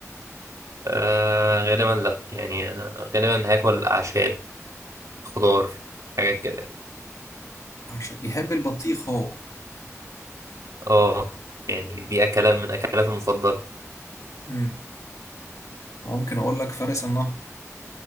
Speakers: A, on the right (about 85°); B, on the left (about 80°).
A: آه غالبا لا يعني آه، غالبا هاكل أعشاب خضار حاجات كده يعني.
B: عشان بيحب البطيخ هو
A: اه يعني دي أكلات من أكلاتي المفضلة
B: امم ممكن اقول لك فارس النهر